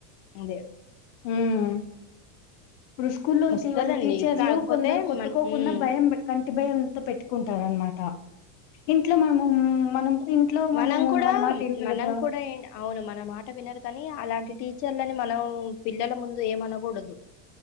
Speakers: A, on the left; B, on the left.
A: ముందే
B: హుమ్ ఇప్పుడు స్కూల్లోతేవాళ
A: వస్తదండి
B: టీచర్లు
A: కాకపోతే
B: కొందరు కొట్టుకోకుండా
A: మన ఉమ్
B: భయం అట్టి <unintelligible> భయంతో పెట్టుకుంటారన్మాట ఇంట్లో మనమూ మనం ఇంట్లో
A: మనంకుడా
B: మనము మన మాట ఏంటారు
A: మనంకుడా
B: కదా
A: ఏ అవును మన మాట వినరు కానీ అలాంటి టీచర్లని మనం పిల్లల ముందు ఏమనగూడదు